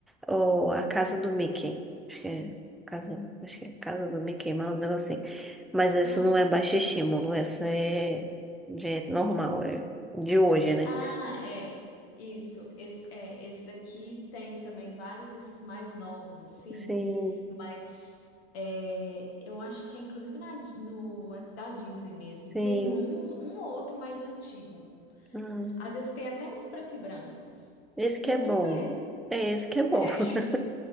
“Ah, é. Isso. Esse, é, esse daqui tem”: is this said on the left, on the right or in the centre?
Left